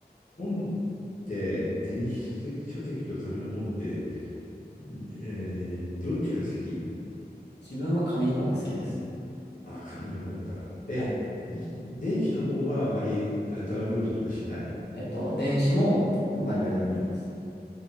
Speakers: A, on the left; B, on the left.
A: 本って電子書籍書籍と紙の本って、えーどっちが先
B: 自分は紙の方が好きです。
A: あ、紙の本か。え、
B: はい。
A: 電子の方はあまりあダウンロードとかしない
B: えっと、電子もバリバリ読みます。